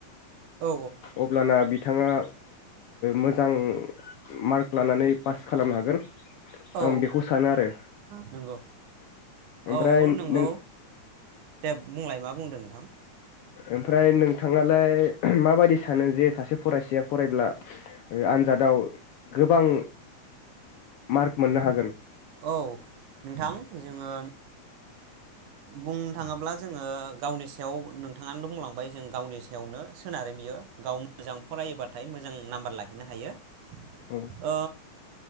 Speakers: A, on the right (about 85°); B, on the left (about 75°).
A: औ
B: अब्लाना बिथाङा मोजां मार्क लानानै पास खालामनो हागोन।
A: औ
B: आं बेखौ सानो आरो
A: नंगौ
B: ओमफ्राय
A: औ नंगौ
B: नों
A: दे बुंलाय मा बुंदों नोंथां?
B: ओमफ्राय नोंथाङालाय माबायदि सानो जे सासे फरायसाया फरायब्ला आनजादाव गोबां मार्क मोननो हागोन
A: औ नोंथां जोङो बुंनो थाङोब्ला जोङो गावनि सायाव नोंथाङानो बुंलांबाय जों गावनि सायावनो सोनारो बियो गाव मोजां फरायोबाथाय मोजां नाम्बार लाहैनो हायो। ओ।
B: औ